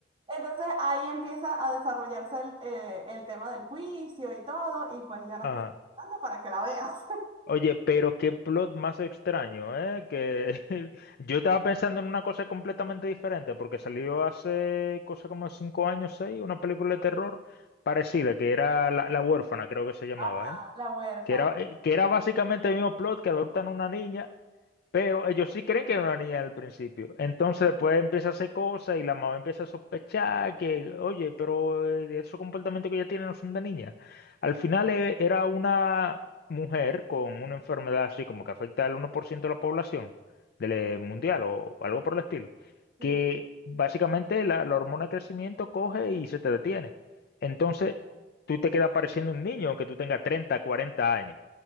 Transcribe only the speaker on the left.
<laughs> Ajá.
Oye, pero qué plot más extraño, ¿eh? Que <laughs> yo estaba pensando en una cosa completamente diferente, porque salió hace cosa como cinco años, seis, una película de terror parecida, que era La, La huérfana, creo que se llamaba,
¿eh?
Que era, eh, que era básicamente el mismo plot que adoptan una niña pero ellos sí creen que era una niña al principio. Entonces después empieza a hacer cosas y la mamá empieza a sospechar que, oye, pero eh, esos comportamientos que ella tiene no son de niña. Al final eh, era una mujer con una enfermedad así como que afecta al uno por ciento de la población del eh, mundial o algo por el estilo,
que básicamente la, la hormona de crecimiento coge y se te detiene. Entonces tú te quedas pareciendo un niño aunque tú tengas 30, 40 años.